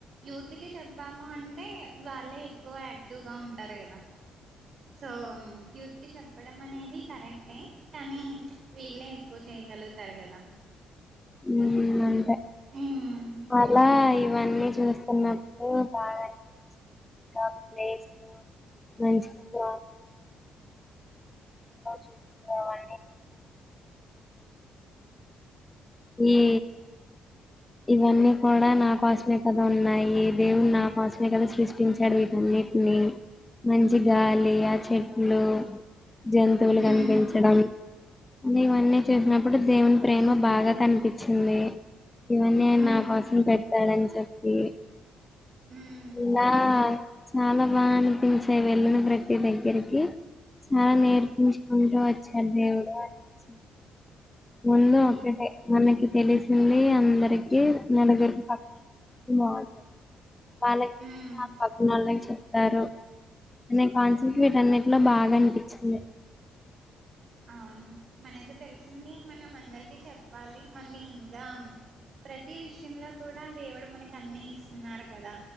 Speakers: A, on the right (about 50°); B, on the left (about 20°).
A: యూత్ కి చెప్పాము అంటే వాళ్ళే ఎక్కువ యాక్టివ్ గా ఉంటారు కదా సో యూత్ కి చెప్పడం అనేది కరెక్టే కానీ వీళ్ళే ఎక్కువ చేయగలుగుతారు కదా
B: మ్మ్ అంతే
A: ఉమ్
B: అలా ఇవన్నీ చూస్తున్నప్పుడు బాగా అనిపించింది ఇంకా ఒక ప్లేస్ లో మంచిగా చెట్లు <inaudible> ఈ ఇవన్నీ కూడా నా కోసమే కదా ఉన్నాయి దేవుని నా కోసమే కదా సృష్టించాడు. వీటన్నిటిని మంచి గాలి ఆ చెట్లు జంతువులు
A: ఉమ్
B: కనిపించడం అని ఇవన్నీ చూసినప్పుడు దేవుని ప్రేమ బాగా కనిపించింది. ఇవన్నీ ఆయన
A: ఉమ్
B: నా కోసం పెట్టాడని చెప్పి
A: ఉమ్
B: ఇలా చాల బాగ అనిపించేవీ వెళ్ళిన ప్రతి దగ్గరికి చాలా నేర్పించుకుంటూ వచ్చాడు దేవుడు అనిపించింది ముందు
A: ని
B: ఒకటే మనకి తెలిసింది అం దరికి నెలగురికి పక్కనోళ్ళు బాగుంటారు వాళ్ళకి తెలిసిన
A: ఉమ్
B: ఆ పక్కన వాళ్ళకి చెప్తారు అనే కాన్సెప్ట్ వీటన్నింటిలో బాగ అనిపించింది
A: అవును మనకి తెలిసింది మనం అందరికి చెప్పాలి మళ్ళీ ఇంకా ప్రతి విషయంలో కూడ దేవుడు మనకి అన్నీ ఇస్తున్నారు కదా